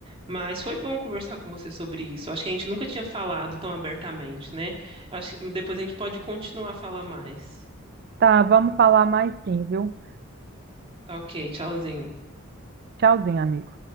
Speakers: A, on the right; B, on the right.
A: mas foi bom conversar com você sobre isso. Acho que a gente nunca tinha falado tão abertamente, né? Acho que depois a gente pode continuar a falar mais.
B: Tá, vamos falar mais sim, viu?
A: Tá ok, tchauzinho.
B: Tchauzinho, amigo.